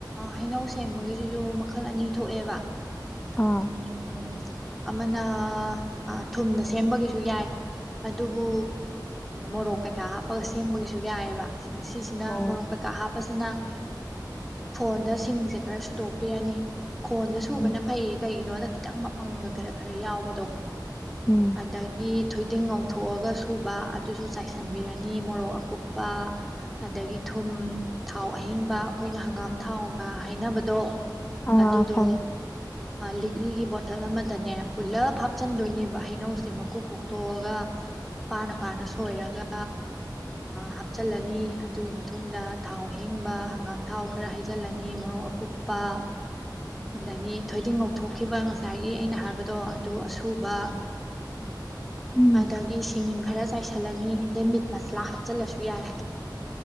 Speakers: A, in the centre; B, on the left.
A: ꯍꯩꯅꯧ ꯁꯦꯝꯕꯒꯤꯁꯤꯁꯨ ꯃꯈꯜ ꯑꯅꯤ ꯊꯣꯛꯑꯦꯕ
B: ꯑꯥ
A: ꯎꯝ ꯎꯝ ꯑꯃꯅ ꯊꯨꯝꯅ ꯁꯦꯝꯕꯒꯤꯁꯨ ꯌꯥꯏ ꯑꯗꯨꯕꯨ ꯃꯣꯔꯣꯛ ꯀꯩꯀꯥ ꯍꯥꯞꯄꯒ ꯁꯦꯝꯕꯒꯤꯁꯨ ꯌꯥꯏꯑꯕ ꯃꯁꯤꯁꯤꯅ
B: ꯑꯣ
A: ꯃꯣꯔꯣꯛꯀ ꯍꯥꯞꯄꯁꯤꯅ ꯈꯣꯟꯗ ꯁꯤꯡꯁꯦ ꯈꯔ ꯁꯨꯗꯣꯛꯄꯤꯔꯅꯤ ꯈꯣꯟꯗ ꯁꯨꯕꯅ
B: ꯎꯝ
A: ꯐꯩꯌꯦ ꯀꯩꯒꯤꯅꯣꯗ ꯈꯤꯇꯪ ꯃꯄꯪꯒ ꯈꯔ ꯈꯔ ꯌꯥꯎꯕꯗꯣ
B: ꯎꯝ
A: ꯑꯗꯥꯒꯤ ꯊꯣꯏꯗꯤꯡ ꯉꯧꯊꯣꯛꯑꯒ ꯁꯨꯕ ꯑꯗꯨꯁꯨ ꯆꯥꯏꯁꯤꯟꯕꯤꯔꯅꯤ ꯃꯣꯔꯣꯛ ꯑꯀꯨꯞꯄ ꯑꯗꯥꯒꯤ ꯊꯨꯝ ꯊꯥꯎ ꯑꯍꯤꯡꯕ ꯑꯩꯈꯣꯏꯅ ꯍꯪꯒꯥꯝ ꯊꯥꯎꯒ ꯍꯥꯏꯅꯕꯗꯣ
B: ꯑꯥ
A: ꯑꯗꯨꯗꯣ
B: ꯈꯪꯉꯦ
A: ꯂꯤꯛꯂꯤꯒꯤ ꯕꯣꯇꯜ ꯑꯃꯗꯅꯦ ꯄꯨꯜꯂꯞ ꯍꯥꯞꯆꯤꯟꯗꯣꯏꯅꯦꯕ ꯍꯩꯅꯧꯁꯦ ꯃꯀꯨ ꯈꯣꯛꯇꯣꯛꯑꯒ ꯄꯥꯅ ꯄꯥꯅ ꯁꯣꯏꯔꯒ ꯍꯥꯞꯆꯤꯜꯂꯅꯤ ꯑꯗꯨꯒꯤ ꯃꯇꯨꯡꯗ ꯊꯥꯎ ꯑꯍꯤꯡꯕ ꯍꯪꯒꯥꯝ ꯊꯥꯎ ꯈꯔ ꯍꯩꯖꯤꯜꯂꯅꯤ ꯃꯣꯔꯣꯛ ꯑꯀꯨꯞꯄ ꯑꯗꯒꯤ ꯊꯣꯏꯗꯤꯡ ꯉꯧꯊꯣꯛꯈꯤꯕ ꯉꯁꯥꯏꯒꯤ ꯑꯩꯅ ꯍꯥꯏꯕꯗꯣ ꯑꯗꯨ ꯄꯨꯕ
B: ꯎꯝ
A: ꯑꯗꯒꯤ ꯁꯤꯡ ꯈꯔ ꯆꯥꯏꯁꯤꯜꯂꯅꯤ ꯑꯗꯩ ꯃꯤꯠ ꯃꯁꯂꯥ ꯍꯥꯞꯆꯜꯂꯁꯨ ꯌꯥꯏ